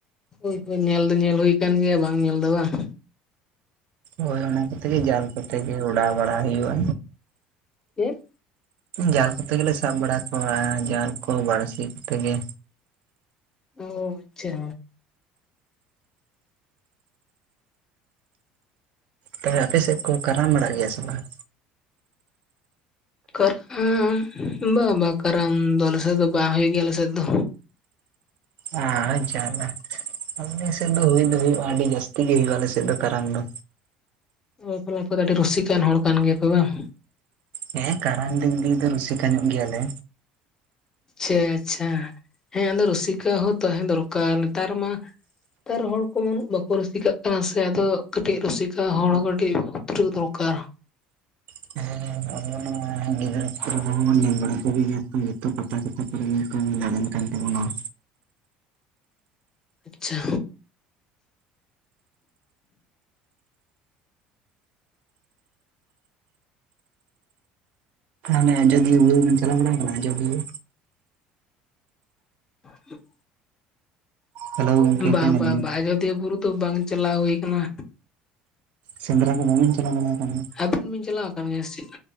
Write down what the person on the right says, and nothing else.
ᱦᱳᱭ ᱚᱱᱟ ᱠᱚᱛᱮ ᱜᱮ ᱡᱟᱞ ᱠᱚᱛᱮ ᱜᱮ ᱚᱰᱟᱣ ᱵᱟᱲᱟ ᱦᱩᱭᱩᱜᱼᱟ᱾
ᱡᱟᱞ ᱠᱚᱛᱮ ᱜᱮᱞᱮ ᱥᱟᱵ ᱵᱟᱲᱟ ᱠᱚᱣᱟ ᱡᱟᱞ ᱠᱚ ᱵᱟᱹᱲᱥᱤ ᱠᱚᱛᱮ ᱜᱮ᱾
ᱛᱚᱵᱮ ᱟᱯᱮ ᱥᱮᱜ ᱠᱚ ᱠᱟᱨᱟᱢ ᱵᱟᱲᱟᱜ ᱜᱮᱭᱟ ᱥᱮ ᱵᱟᱝ?
ᱟ ᱡᱟᱞᱟ᱾ ᱟᱞᱮᱥᱮᱜ ᱫᱚ ᱦᱩᱭ ᱫᱚ ᱦᱩᱭᱩᱜᱼᱟ ᱟᱹᱰᱤ ᱡᱟᱹᱥᱛᱤ ᱜᱮ ᱦᱩᱭᱩᱜᱼᱟ ᱟᱞᱮ ᱥᱮᱜ ᱫᱚ ᱠᱟᱨᱟᱢ ᱫᱚ᱾
ᱦᱮᱸ ᱠᱟᱨᱟᱢ ᱫᱤᱠ ᱫᱤᱭᱮ ᱫᱚ ᱨᱩᱥᱤᱠᱟ ᱧᱚᱜ ᱜᱮᱭᱟ ᱞᱮ᱾
<unintelligible> <unintelligible> <unintelligible> ᱠᱟᱱ ᱛᱟᱵᱩᱱᱟ᱾
ᱚᱱᱮ ᱟᱡᱚᱫᱤᱭᱟᱹ ᱵᱩᱨᱩ ᱵᱤᱱ ᱪᱟᱞᱟᱣ ᱵᱟᱲᱟ ᱠᱟᱱᱟ ᱟᱡᱚᱫᱤᱭᱟᱹ?
ᱦᱮᱞᱳ ᱜᱚᱝᱠᱮ
ᱚᱠᱟᱭ ᱱᱟᱵᱤᱱ
ᱥᱮᱸᱫᱽᱨᱟ ᱠᱚ ᱵᱟᱵᱤᱱ ᱪᱟᱞᱟᱣ ᱵᱟᱲᱟᱣ ᱠᱟᱱᱟ?